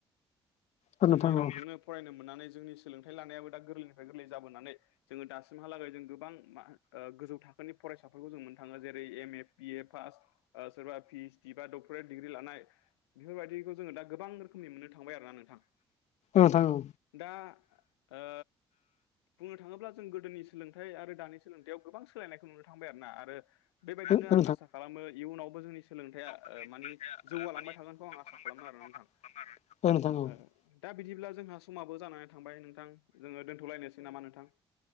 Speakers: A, on the left; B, on the left.
A: ओ
B: जोंनि
A: नोंथां
B: रावजोंनो
A: औ
B: फरायनो मोननानै जोंनि सोलोंथाइ लानायाबो गोरलैनिफाय गोरलै जाबोनानै जोङो दासिमहालागै जों गोबां मा ओ गोजौ थाखो नि फरायसाफोरखौ जों मोननो थाङो जेरै M A B A pass ओ सोरबा पिओइस डि बा डक डिग्रि लानाय बेफोरबायदिखौ जोङो दा गोबां रोखोमनि मोननो थांबाय आरोना नोंथां
A: औ थां ओ
B: दा ओ बुंनो थाङोब्ला जों गोदोनि सोलोंथाइ आरो दानि सोलोंथाइआव गोबां सोलायनायखौ नुनो थांबाय आरो ना आरो बेबायदिनो
A: आरो ओ
B: आं आसा खालामो इयुनावबो जोंनि सोलोंथाइया ओ
A: नि
B: मानि
A: सोलोंथाइया
B: जौगालांबाय
A: माने
B: थागोनखौ आं
A: जौगालांबाय
B: आसा खालामो आरोना
A: औ
B: नोंथां
A: नोंथां औ
B: ओ दा बिदिब्ला जोंहा समाबो जानानै थांबाय नोंथां जोङो दोन्थ'लायनोसै नामा नोंथां